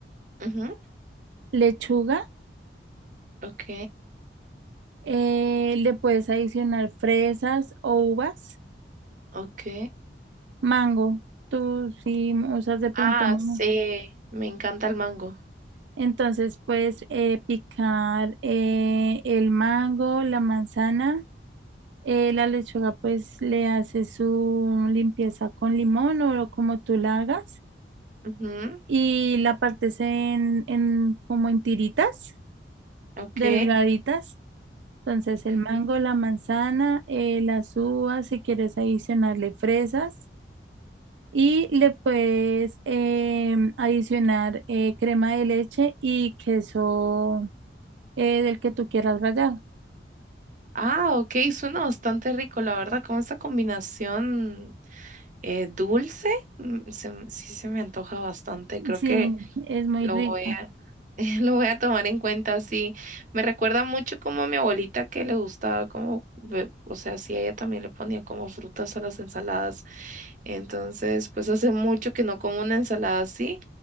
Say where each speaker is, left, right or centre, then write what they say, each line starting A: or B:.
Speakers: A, on the right; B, on the right.
A: Ujú,
B: lechuga,
A: Ok,
B: eh, le puedes adicionar fresas o uvas,
A: ok.
B: mango, tú si usas de pronto
A: Ah,
B: mango.
A: sí, me encanta el mango.
B: Entonces puedes eh, picar eh, el mango, la manzana, eh, la lechuga pues le haces su limpieza con limón o como tú la hagas
A: Ujú,
B: y la partes en, en como en tiritas.
A: Ok.
B: delgaditas. Entonces el
A: Ujú.
B: mango, la manzana, eh, las uvas, si quieres adicionarle fresas y le puedes em, adicionar eh, crema de leche y queso eh, del que tú quieras rallado.
A: Ah, ok, suena bastante rico, la verdad, con esa combinación eh, dulce, mm, se m- sí se me antoja bastante, creo
B: Sí,
A: que
B: es muy
A: lo
B: rica.
A: voy a, <laughs> lo voy a tomar en cuenta, sí, me recuerda mucho como a mi abuelita que le gustaba como, ve- o sea, sí, ella también le ponía como frutas a las ensaladas, entonces, pues hace mucho que no como una ensalada así,